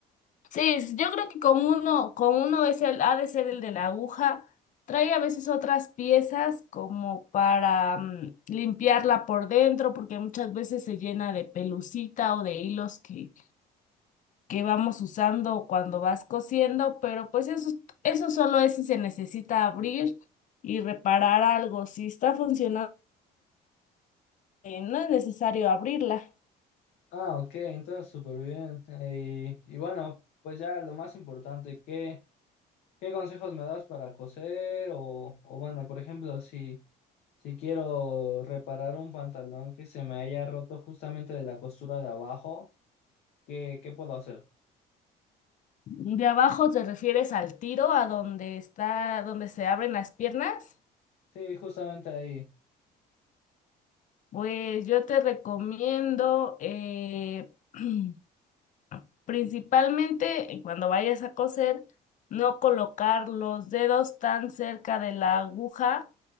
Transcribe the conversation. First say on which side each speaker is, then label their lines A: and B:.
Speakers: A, on the left (about 50°); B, on the left (about 75°).
A: Sí, s- yo creo que con uno, con uno es el, ha de ser el de la aguja. Trae a veces otras piezas como para mm, limpiarla por dentro, porque muchas veces se llena de pelucita o de hilos que que vamos usando cuando vas cosiendo, pero pues eso, eso solo es si se necesita abrir y reparar algo. Si está funcionando, eh, no es necesario abrirla.
B: Ah, ok, entonces súper bien. Eh, Y, y bueno, pues ya lo más importante, ¿qué, qué consejos me das para coser? O, o bueno, por ejemplo, si, si quiero reparar un pantalón que se me haya roto justamente de la costura de abajo, ¿qué, qué puedo hacer?
A: De abajo te refieres al tiro, a donde está, donde se abren las piernas.
B: Sí, justamente ahí.
A: Pues yo te recomiendo eh, <clears throat> Principalmente eh, cuando vayas a coser, no colocar los dedos tan cerca de la aguja,